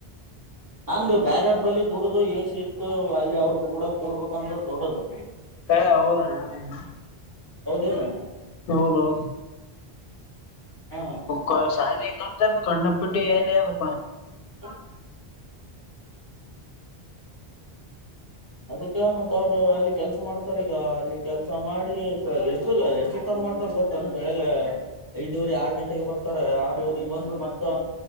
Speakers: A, on the right; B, on the left.
A: ಹಂಗ ಬ್ಯಾರರ್ ಬಳಿ ದುಡದು ಎ ಸಿ ಇತ್ತು ಅಲ್ಲಿ ಅವ್ರ ಕೂಡ ಕೂಡ್ಬೇಕಂದ್ರ ದೊಡ್ಡದು
B: ಹಾ ಹೌದೋಣ ಅವ
A: ಹೌದಲ್ಲ
B: ಹೌದೌದು
A: ಹ
B: ಹ ಸಹಲಿ ಕಣ್ಣಪಿಟ್ಟಿ ಲ್ಲಿ ಅದು
A: <inaudible> ಅದಕ್ಕೆ ಮತ್ತ ಅವ ಅಲ್ಲಿ ಕೆಲಸ ಮಾಡ ಸರ್ ಈಗ ಅಲ್ಲಿ ಕೆಲಸ ಮಾಡಿ ಎಷ್ಟ ಎಷ್ಟು ತರ ಮಾಡ್ತಾರ ಗೊತ್ತಾನ ಬೆಳ್ಳಿಗೆ ಐದೂವರೆ ಆರು ಗಂಟೆಗೆ ಬರ್ತಾ ಸರ ಆರೂವರೆ ಬಂದು ಮತ್ತ